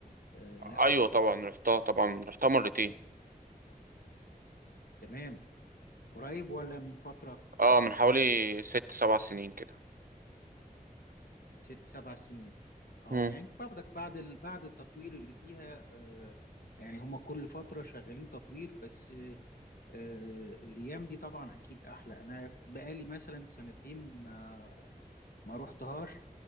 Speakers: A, on the left; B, on the right.
A: آه، لا
B: ايوه طبعا رحتها طبعا رحتها مرتين
A: تمام قريب ولا من فترة
B: اه من حوالي ست سبع سنين كده
A: ست سبع سنين اه
B: مم.
A: يعني باخدك بعد ال... بعد التطوير اللي فيها آه يعني هم كل فترة شغالين تطوير بس آه آه، الايام دي طبعا اكيد احلى انا بقالي مثلا سنتين ما ما روحتهاش